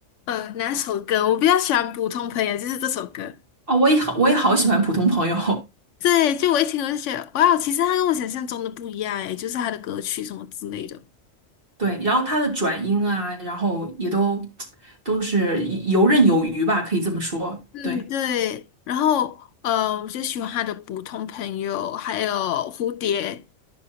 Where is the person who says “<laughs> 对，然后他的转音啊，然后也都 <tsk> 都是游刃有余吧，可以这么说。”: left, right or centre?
Right